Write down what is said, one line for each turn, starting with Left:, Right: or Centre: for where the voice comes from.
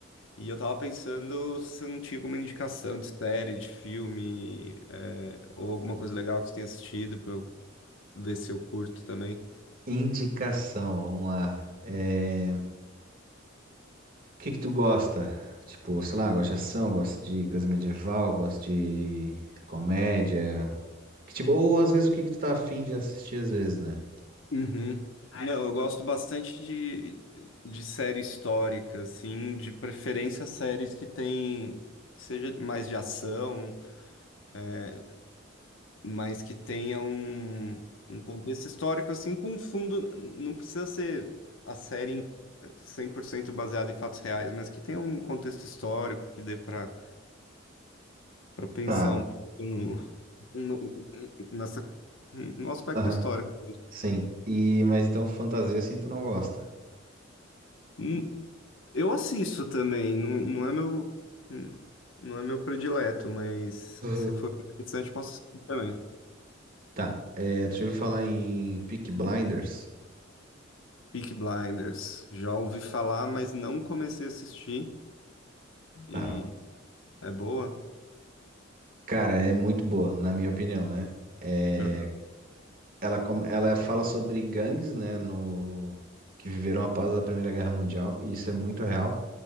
Left: E eu tava pensando se não tinha alguma indicação de série, de filme, é, ou alguma coisa legal que você tenha assistido pra eu ver se eu curto também.
Right: Indicação, vamos lá. É, O que que tu gosta? Tipo, sei lá, gosta de ação, gosta de coisa medieval, gosta de comédia. Que tipo, ou às vezes o que que tu tá afim de assistir às vezes, né?
Left: Uhum. Aí eu Não, eu go- gosto bastante de, de série histórica, assim, de preferência séries que tem, que seja mais de ação, é, mas que tenha um, um contexto histórico, assim, com fundo, não precisa ser a série em- 100% baseada em fatos reais, mas que tenha um contexto histórico que dê para para pensar
Right: Tá.
Left: um pouco no, no- nessa, no aspecto
Right: Aham.
Left: histórico.
Right: Sim. E, mas então fantasia assim tu não gosta.
Left: Hum, Eu assisto também, não, não é meu, não é meu predileto, mas
Right: Aham.
Left: se for
Right: <clears throat>
Left: interessante, posso assistir também.
Right: Tá. É, tu já ouviu falar em Peaky Blinders?
Left: Peaky Blinders, já ouvi falar, mas não comecei a assistir, e
Right: Tá.
Left: é boa?
Right: Cara, é muito boa, na minha opinião, né? É,
Left: Uhum.
Right: ela, com- ela fala sobre gangues, né, no, que viveram após a Primeira Guerra Mundial, e isso é muito real.